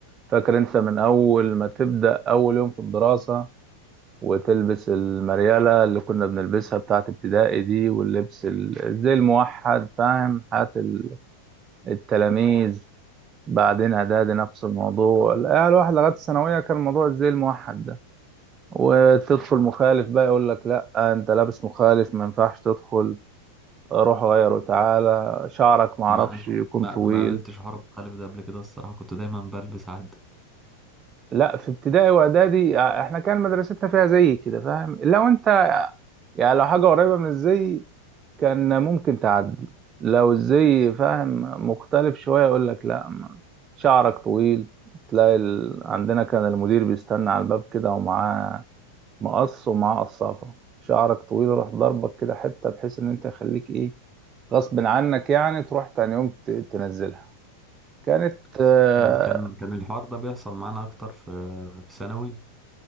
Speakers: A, on the right (about 25°); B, in the centre.
A: فاكر انت من اول ما تبدا اول يوم في الدراسه وتلبس المرياله اللي كنا بنلبسها بتاعت ابتدائي دي واللبس ال- زي الموحد فاهم حياه ال- التلاميذ بعدين اعدادي نفس الموضوع يعني الواحد لغايه الثانويه كان الموضوع زي الموحد ده وتدخل مخالف بقى يقول لك لا انت لابس مخالف ما ينفعش تدخل روح غيره تعالى شعرك ما اعرفش
B: ما انا
A: يكون
B: ما
A: طويل
B: ما قابلتش حوار مخالف ده قبل كده الصراحه كنت دايما بلبس عد
A: لا في ابتدائي واعدادي آه، احنا كان مدرستنا فيها زي كده فاهم لو انت يعني لو حاجه قريبه من الزي كان ممكن تعدي لو الزي فاهم مختلف شويه يقول لك لا ما- شعرك طويل تلاقي ال... عندنا كان المدير بيستنى على الباب كده ومعاه مقص ومعاه قصافه شعرك طويل روح ضربك كده حته بحيث ان انت يخليك ايه غصب عنك يعني تروح تاني يوم ت- تنزلها كانت آه،
B: <laughs> آه، كان كان الحوار ده بيحصل معانا اكتر في في ثانوي